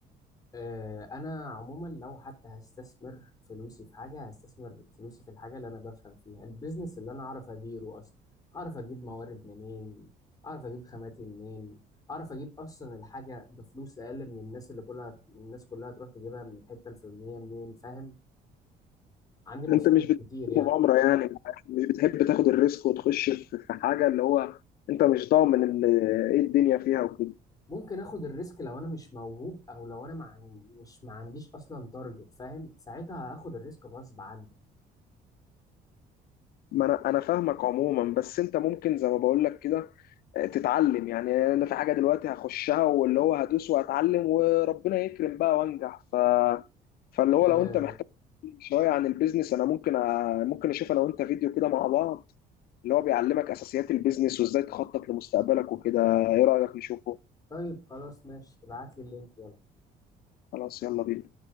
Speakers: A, on the left (about 20°); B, on the left (about 65°).
A: آه، انا عموما لو حتى هستثمر فلوسي في حاجه هستثمر فلوسي في الحاجه اللي انا بفهم فيها البيزنس اللي انا اعرف اديره اصلا اعرف اجيب موارد منين اعرف اجيب خاماتي منين اعرف اجيب اصلا الحاجه بفلوس اقل من الناس اللي كلها الناس كلها تروح تجيبها من الحته الفلانيه منين فاهم عندي مصاريف
B: انت مش بتحب
A: كتير يعني
B: مغامرة يعني مش بتحب تاخد الريسك وتخش في في حاجة اللي هو انت مش ضامن ال- ايه الدنيا فيها وكده
A: ممكن اخد الريسك لو انا مش موهوب او لو انا مع... مش ما عنديش اصلا تارجت فاهم ساعتها هاخد الريسك غصب عني
B: ما انا انا فاهمك عموما بس انت ممكن زي ما بقول لك كده آه، تتعلم يعني انا في حاجه دلوقتي هخشها واللي هو هدوس واتعلم وربنا يكرم بقى وانجح ف فاللي هو
A: أه...
B: لو انت محتاج شويه عن البيزنس انا ممكن أ... ممكن اشوف انا وانت فيديو كده مع بعض اللي هو بيعلمك اساسيات البيزنس وازاي تخطط لمستقبلك وكده ايه رايك نشوفه
A: طيب خلاص ماشي ابعت لي اللينك يلا
B: خلاص يلا بينا